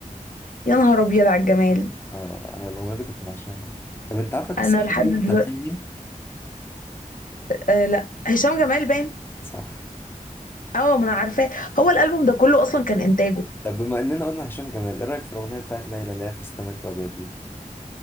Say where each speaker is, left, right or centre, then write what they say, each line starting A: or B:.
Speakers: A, on the left; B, on the left.
A: يا نهار ابيض على الجمال
B: اه انا الاغنيه دي كنت بعشقها طب انت عارفه قصه
A: انا
B: هشام
A: لحد دلوقتي
B: تلحين مين؟
A: آه لا هشام جمال باين
B: صح
A: اه ما انا عارفاه هو الالبوم ده كله اصلا كان انتاجه
B: طب بما اننا قلنا هشام جمال ايه رايك في الاغنيه بتاعت ليلى اللي هي في السمك الابيض دي؟